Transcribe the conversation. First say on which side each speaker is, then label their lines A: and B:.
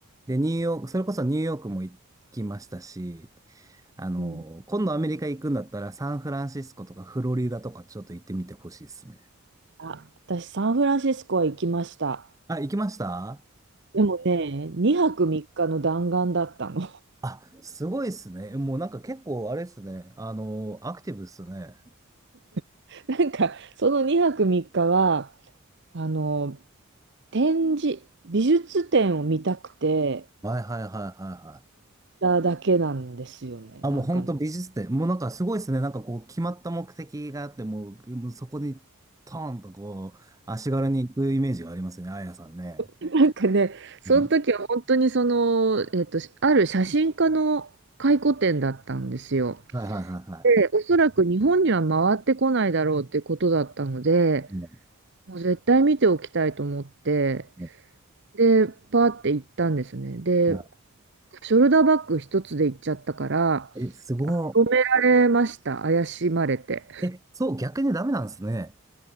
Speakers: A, on the right; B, on the right.
A: で、ニューヨーク、それこそニューヨークも行きましたし、あの、
B: い。うん。
A: 今度アメリカ行くんだったらサンフランシスコとかフロリダとかちょっと行ってみてほしいですね。
B: あ、私、サンフランシスコは行きました。
A: あ、行きました
B: でもね、2泊3日の弾丸だったの。
A: あ、すごいですね。もうなんか結構あれですね。あの、アクティブですね。
B: <laughs> なんか、その2泊3日は、あの、展示、美術展を見たくて、
A: はいはいはいはいはい。
B: だけなんですよね。
A: あ、
B: なんか、
A: もう本当美術展。もうなんかすごいですね。なんかこう決まった目的があって、もう、もうそこにトーンとこう、足軽に行くイメージがありますね。あやさんね。
B: <laughs> なんかね、その時は本当にその、
A: うん
B: えっと、ある写真家の回顧展だったんですよ。
A: はいはいはいは
B: で、おそらく日本には回ってこないだろうってことだったので、
A: い。うん
B: もう絶対見ておきたいと思って、
A: う
B: で、パーって行ったんですね。で、
A: んは
B: ショルダーバッグ一つで行っちゃったから、
A: いえ、すご
B: あ止められました。怪しまれて。
A: い。え、そう、逆にダメなんですね。